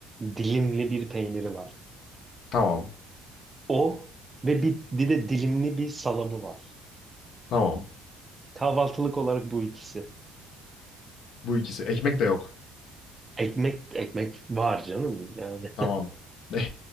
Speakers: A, on the right (about 25°); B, on the left (about 65°).
A: Dilimli bir peyniri var.
B: Tamam.
A: O ve bir, bir de dilimli bir salamı var.
B: Tamam.
A: Kahvaltılık olarak bu ikisi.
B: Bu ikisi. Ekmek de yok.
A: Ekmek ekmek var canım yani.
B: Tamam.
A: <laughs>
B: <laughs>